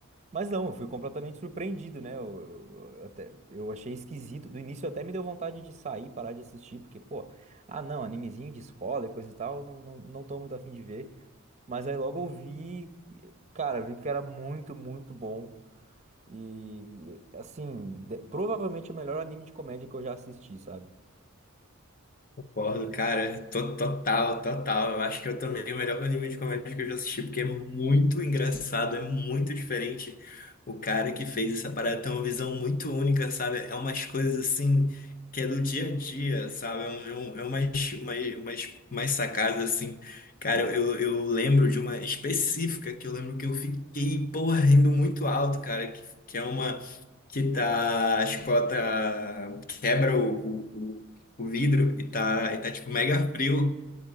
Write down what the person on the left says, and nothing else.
Concordo, cara. To- Total, total. Eu acho que eu também o melhor anime de comédia que eu já assisti, porque é muito engraçado, é muito diferente. O cara que fez essa parada tem uma visão muito única, sabe? É umas coisas assim que é do dia a dia, sabe? É, um, é um- é umas, umas, umas, umas sacadas assim. Cara, eu, eu lembro de uma específica que eu lembro que eu fiquei, porra, rindo muito alto, cara, que, que é uma. que tá, a escola tá, quebra o, o, o- o vidro e tá, e tá tipo mega frio.